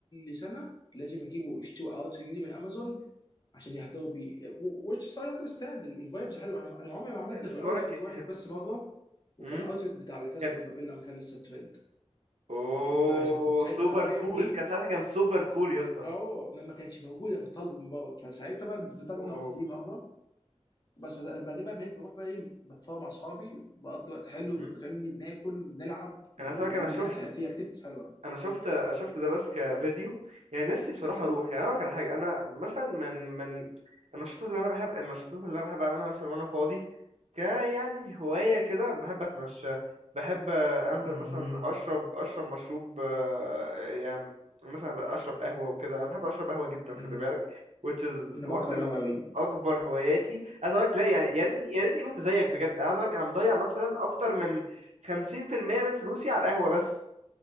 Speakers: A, on the left; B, on the right.
A: سنه لازم يجيبوا يشتروا اوتفيت جديد من امازون عشان يهدوا بيه which I understand الفايبز حلوه انا انا عمري ما عملت
B: <laughs> لسه
A: غير اوتفيت
B: بقولك
A: واحد بس مره وكان
B: مم.
A: اوتفيت بتاع لا كاسا
B: كان
A: دي بابيل لما كان لسه ترند
B: اوه
A: انا كنت ناوي كنت ساعتها
B: سوبر
A: انا رايح
B: كول
A: بيه
B: كان ساعتها كان سوبر كول يا اسطى
A: اه ما ما كانش موجود انا كنت طالبه من بره فساعتها بقى ده اللي
B: اوه
A: انا رحت بيه مره بس بد- بعدين بقى بقيت بروح بقى ايه بتصور مع اصحابي بقضي وقت حلو
B: مهم.
A: بنغني بناكل بنلعب
B: انا
A: وفي
B: ساعتها انا شفت
A: في هناك في اكتيفيتيز حلوه
B: انا شفت شفت ده بس كفيديو يعني نفسي بصراحه اروح يعني اقول لك على حاجه انا مثلا من من النشاطات اللي انا بحب النشاطات اللي انا بحب اعملها مثلا وانا فاضي ك يعني هوايه كده بحب اتمشى بحب آه، انزل
A: مهم.
B: مثلا اشرب اشرب مشروب آه، يعني مثلا اشرب قهوه وكده انا بحب اشرب قهوه جدا
A: مم.
B: خلي بالك which is
A: انا بكره
B: واحده
A: القهوه
B: من
A: قوي
B: اكبر هواياتي عايز اقول لك لا يعني يا ريتني يا ريتني كنت زيك بجد انا عايز اقول لك انا مضيع مثلا اكتر من 50% من فلوسي على القهوه بس